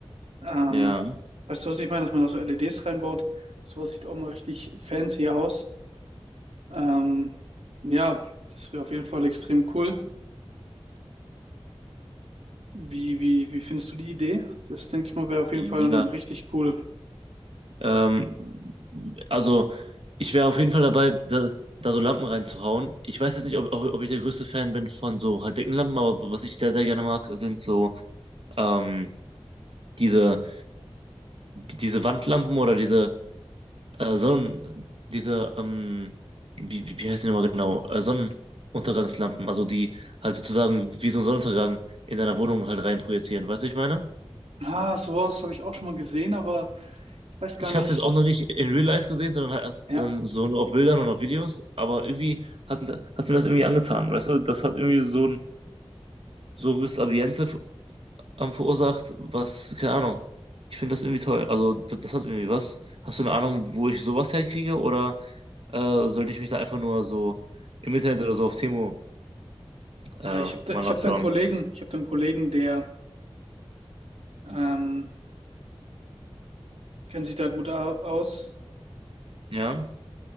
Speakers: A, on the right; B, on the right.
A: Ähm,
B: Ja,
A: weißt du, was ich meine? Dass man da so LEDs reinbaut. Sowas sieht auch mal richtig fancy aus. Ähm, ja, das wäre auf jeden Fall extrem cool. Wie, wie, wie findest du die Idee? Das denke ich mal, wäre auf jeden
B: ja.
A: Fall ein richtig cool.
B: Ähm, also ich wäre auf jeden Fall dabei, da, da so Lampen reinzuhauen. Ich weiß jetzt nicht, ob, ob, ob ich der größte Fan bin von so halt dicken Lampen, aber was ich sehr, sehr gerne mag, sind so ähm, diese, die, diese Wandlampen oder diese äh, Sonnen, diese, ähm, wie, wie wie heißt die nochmal genau? Äh, Sonnenuntergangslampen, also die halt sozusagen wie so ein Sonnenuntergang in deiner Wohnung halt reinprojizieren. Weißt du, was ich meine?
A: Ah, sowas habe ich auch schon mal gesehen, aber ich weiß gar
B: ich
A: nicht.
B: habe es jetzt auch noch nicht in Real Life gesehen, sondern, halt-
A: Ja,
B: sondern so nur auf Bildern und auf Videos, aber irgendwie hat, hat mir das irgendwie angetan, weißt du? Das hat irgendwie so ein so ein gewisses Ambiente ähm, verursacht, was, keine Ahnung. Ich finde das irgendwie toll. Also das, das hat irgendwie was. Hast du eine Ahnung, wo ich sowas herkriege oder äh, sollte ich mich da einfach nur so im Internet oder so auf Timo äh,
A: ja ich habe da,
B: mal
A: ich
B: nachschauen?
A: hab da einen Kollegen, ich habe da einen Kollegen, der ähm, kennt sich da gut au- aus.
B: Ja?